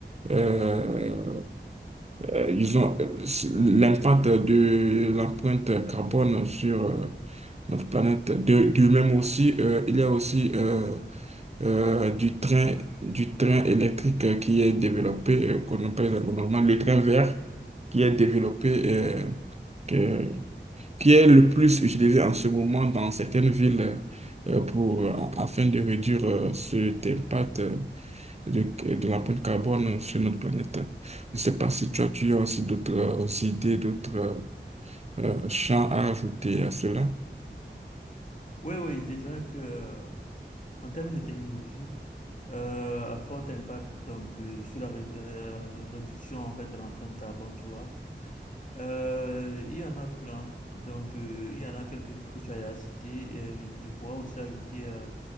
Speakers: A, on the right (about 35°); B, on the left (about 45°).
A: euh, euh, ils ont euh, l'impact de l'empreinte carbone sur euh, notre planète. De, du même aussi, euh, il y a aussi euh, euh, du train, du train électrique euh, qui est développé, euh, qu'on appelle normalement le train vert, qui est développé, euh, que- qui est le plus utilisé en ce moment dans certaines villes euh, pour, euh, afin de réduire euh, cet impact. euh, de, de l'empreinte carbone sur notre planète. Je ne sais pas si toi, tu as aussi d'autres euh, aussi idées, d'autres euh, euh, champs à ajouter à cela.
B: Oui, oui, je dirais que euh, en termes de technologie, euh, à fort impact donc euh, sur la, ré- euh, la ré- réduction en fait de l'empreinte carbone, tu vois. Euh, il y en a plein. Donc, euh, il y en a quelques que tu as cité. Et je, je pourrais aussi ajouter euh,